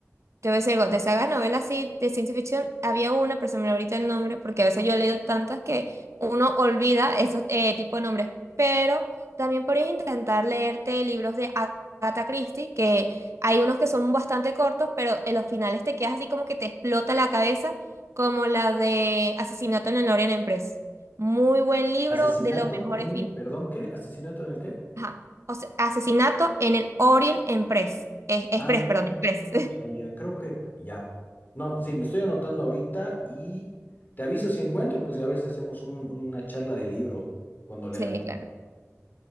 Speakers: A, on the right; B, on the left.
A: Te voy a algo, de esas novelas así de ciencia ficción, había una, pero se me olvidó ahorita el nombre, porque a veces yo he leído tantas que uno olvida esos eh, tipos de nombres, pero también podrías intentar leerte libros de Agatha Christie, que hay unos que son bastante cortos, pero en los finales te quedas así como que te explota la cabeza, como la de Asesinato en el Orient Express. Muy buen libro,
B: Asesinato
A: de los mejores
B: en el,
A: fin-
B: perdón, ¿qué? ¿Asesinato en el qué?
A: Ajá. O sea, Asesinato en el Orient Express. Eh, Express,
B: Ah,
A: perdón, Express. <laughs>
B: ya, ya, creo que ya. No, sí, me estoy anotando ahorita y te aviso si encuentro, pues y a ver si hacemos un- una charla de libro cuando lea.
A: Sí,
B: uno.
A: claro.